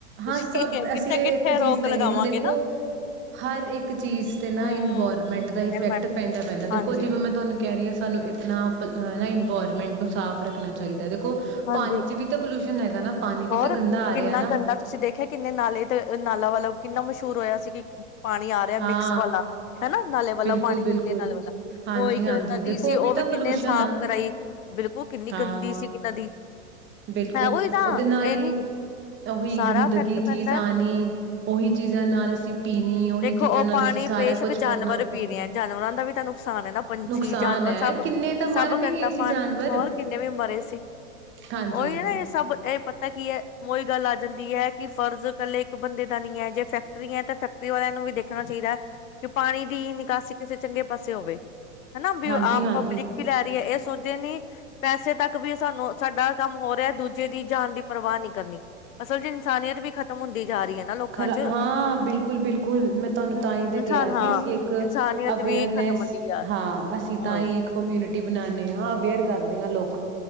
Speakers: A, on the left; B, on the right.
A: ਤੁਸੀਂ
B: ਹਾਂ ਸਭ
A: ਕਿੱਥੇ
B: ਅਸੀਂ
A: ਕਿੱਥੇ
B: ਇਹ ਇੱਕ
A: ਰੋਕ
B: ਚੀਜ਼ ਕਹੀਏ
A: ਲਗਾਵਾਂਗੇ
B: ਨਾ ਦੇਖੋ ਹਰ ਇੱਕ ਚੀਜ਼ ਤੇ ਨਾ
A: ਹਮ
B: ਇਨਵਾਇਰਮੈਂਟ ਦਾ ਇਫੈਕਟ
A: ਇਨਵਾਇਰਮੈਂਟ
B: ਪੈਂਦਾ ਪੈਂਦਾ ਦੇਖੋ
A: ਹਾਂਜੀ
B: ਜਿਵੇਂ ਮੈਂ ਤੁਹਾਨੂੰ ਕਹਿ ਰਹੀ ਹਾਂ ਸਾਨੂੰ ਆਪਣਾ ਆਪ ਨਾ ਇਨਵਾਇਰਮੈਂਟ ਨੂੰ ਸਾਫ਼ ਰੱਖਣਾ ਚਾਹੀਦਾ ਅਤੇ
A: ਹਾਂਜੀ
B: ਪਾਣੀ ਚ ਵੀ ਤਾਂ ਪੋਲ ਨ ਹੈਗਾ ਪਾਣੀ ਵੀ
A: ਹੋਰ
B: ਤਾਂ ਗੰਦਾ ਆ
A: ਕਿੰਨਾ
B: ਰਿਹਾ ਨਾ
A: ਗੰਦਾ ਤੁਸੀਂ ਦੇਖਿਆ ਕਿੰਨੇ ਨਾਲੇ ਤੇ ਨਾਲਾ ਵਾਲਾ ਕਿੰਨਾ ਮਸ਼ਹੂਰ ਹੋਇਆ ਸੀ ਕਿ, ਪਾਣੀ ਆ ਰਿਹਾ ਮਿਕਸ
B: ਹਾਂ
A: ਵਾਲਾ ਹੈਨਾ, ਨਾਲੇ ਵਾਲਾ
B: ਬਿਲਕੁਲ
A: ਪਾਣੀ ਗੰਦੇ
B: ਬਿਲਕੁਲ
A: ਨਾਲੇ ਵਾਲਾ,
B: ਹਾਂਜੀ
A: ਉਹ ਇੱਕ
B: ਹਾਂਜੀ
A: ਨਦੀ
B: ਦੇਖੋ
A: ਸੀ ਉਹ ਵੀ
B: ਤਾਂ ਪੋਲਿਊਸ਼ਨ
A: ਕਿੰਨੇ ਸਾਫ਼
B: ਆ
A: ਕਰਾਈ, ਬਿਲਕੁਲ ਕਿੰਨੀ
B: ਹਾਂ
A: ਗੰਦੀ ਸੀਗੀ ਨਦੀ
B: ਬਿਲਕੁਲ,
A: ਹੈ ਉਹੀ ਤਾਂ
B: ਉਹਦੇ ਨਾਲ
A: ਇਹ
B: ਹੀ
A: ਨੀ,
B: ਉਹੀ
A: ਸਾਰਾ
B: ਗੰਦਗੀ
A: ਇਫੈਕਟ ਪੈਂਦਾ,
B: ਚੀਜ਼ ਆਣੀ ਉਹੀ ਚੀਜ਼ਾਂ ਨਾਲ
A: ਹਮ,
B: ਅਸੀਂ ਪੀਣੀ ਉਹੀ
A: ਦੇਖੋ
B: ਚੀਜ਼ਾਂ
A: ਉਹ
B: ਨਾਲ
A: ਪਾਣੀ
B: ਅਸੀਂ ਸਾਰਾ
A: ਬੇਸ਼ਕ
B: ਕੁਛ
A: ਜਾਨਵਰ
B: ਕਰਨਾ
A: ਪੀ ਰੇਹਾ ਜਾਨਵਰਾਂ ਦਾ ਵੀ ਤਾਂ ਨੁਕਸਾਨ ਹੈ ਨਾ ਪੰਛੀ
B: ਨੁਕਸਾਨ
A: ਜਾਨਵਰ
B: ਹੈ
A: ਸਭ,
B: ਕਿੰਨੇ ਤਾਂ
A: ਸਭ
B: ਮਰ ਵੀ
A: ਗੰਦਾ
B: ਗਏ ਸੀ
A: ਪਾਣੀ,
B: ਜਾਨਵਰ
A: ਹੋਰ ਕਿੰਨੇ ਵੀ ਮਰੇ ਸੀ।
B: ਹਾਂਜੀ
A: ਉਹੀ ਨਾ ਇਹ ਸਭ ਇਹ <unintelligible> ਤਾਂ ਕੀ ਹੈ, ਉਹੀ ਗੱਲ ਆ ਜਾਂਦੀ ਹੈ ਕਿ ਫਰਜ਼ ਕੱਲੇ ਇੱਕ ਬੰਦੇ ਦਾ ਨੀ ਹੈ ਜੇ ਫੈਕਟਰੀ ਹੈ ਤਾਂ ਫੈਕਟਰੀ ਵਾਲਿਆਂ ਨੂੰ ਵੀ ਦੇਖਣਾ ਚਾਹੀਦਾ ਹੈ। ਕਿ ਪਾਣੀ ਦੀ ਨਿਕਾਸੀ ਕਿਸੇ ਚੰਗੇ ਪਾਸੇ ਹੋਵੇ ਹਨਾ ਵੀ
B: ਹਾਂਜੀ-ਹਾਂਜੀ,
A: ਆਮ ਪਬਲਿਕ ਵੀ ਲੈ ਰਹੀ ਹੈ ਇਹ ਸੋਚਦੇ ਨੇ ਪੈਸੇ ਤੱਕ ਵੀ ਸਾਨੂੰ ਸਾਡਾ ਕੰਮ ਹੋ ਰਿਹਾ ਦੂਜੇ ਦੀ ਜਾਨ ਦੀ ਪਰਵਾਹ ਨੀ ਕਰਨੀ ਅਸਲ ਚ ਇਨਸਾਨੀਅਤ ਵੀ ਖ਼ਤਮ ਹੁੰਦੀ ਜਾ ਰਹੀ ਹੈ ਨਾ ਲੋਕਾਂ
B: ਖਰਾ
A: ਚ
B: ਹਾਂ ਬਿਲਕੁਲ ਬਿਲਕੁਲ, ਮੈਂ ਤੁਹਾਨੂੰ ਤਾਂਹੀ
A: ਇਨਸਾਨ
B: ਤਾਂ ਕਿਹਾ
A: ਹਾਂ
B: ਸੀ ਅਸੀਂ ਇੱਕ
A: ਇਨਸਾਨੀਅਤ
B: ਅਵੇਅਰਨੈਸ
A: ਵੀ ਖ਼ਤਮ ਹੁੰਦੀ ਆ
B: ਹਾਂ ਅਸੀਂ
A: ਹਾਂ
B: ਤਾਂ ਹੀ ਇੱਕ ਕਮਿਊਨਿਟੀ ਬਣਾਉਦੇ ਹਾਂ ਅਵੇਅਰ ਕਰਦੇ ਹਾਂ ਲੋਕ ਹੈਲੋ,